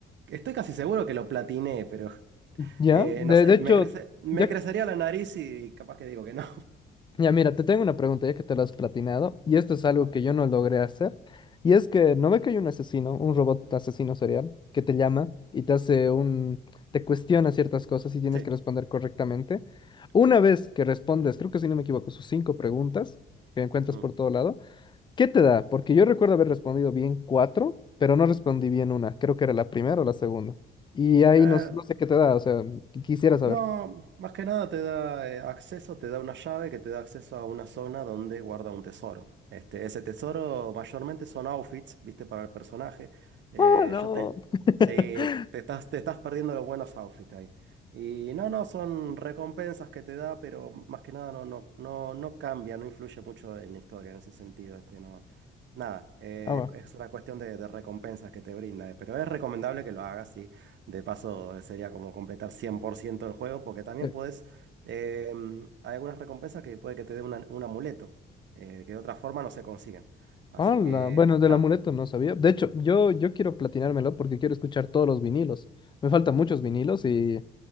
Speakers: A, on the right; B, on the left.
A: estoy casi seguro que lo platiné, pero...
B: Ya,
A: eh,
B: de,
A: no sé,
B: de hecho,
A: me crece, me
B: ya,
A: crecería
B: que-
A: la nariz y capaz que digo que no.
B: ya mira, te tengo una pregunta ya que te la has platinado y esto es algo
A: <laughs>
B: que yo no logré hacer. Y es que no ve que hay un asesino, un robot asesino serial que te llama y te hace un, te cuestiona ciertas cosas y tienes
A: Sí.
B: que responder correctamente. Una
A: Sí.
B: vez que respondes, creo que si no me equivoco, sus cinco preguntas que encuentras
A: Mm.
B: por todo lado. ¿Qué te da? Porque yo recuerdo haber respondido bien cuatro, pero no respondí bien una. Creo que era la primera o la segunda. Y ahí
A: Eh,
B: no, s- no sé qué te da, o sea, qui- quisiera saber.
A: no, más que nada te da eh, acceso, te da una llave que te da acceso a una zona donde guarda un tesoro. Este, ese tesoro mayormente son outfits, viste, para el personaje. Eh,
B: Ah, no.
A: yo te...
B: <laughs>
A: Sí, te estás, te estás perdiendo los buenos outfits ahí. Y no, no, son recompensas que te da, pero más que nada no, no, no, no cambia, no influye mucho en la historia en ese sentido. Este, no, nada, eh,
B: Ah, va.
A: es una cuestión de, de recompensas que te brinda, eh, pero es recomendable que lo hagas, sí. De paso, eh, sería como completar 100% del juego, porque también
B: Sí.
A: puedes. eh, hay algunas recompensas que puede que te dé una- un amuleto, eh, que de otra forma no se consiguen. Así
B: Hola,
A: que,
B: bueno, del
A: nada.
B: amuleto no sabía. De hecho, yo, yo quiero platinármelo porque quiero escuchar todos los vinilos. Me faltan muchos vinilos y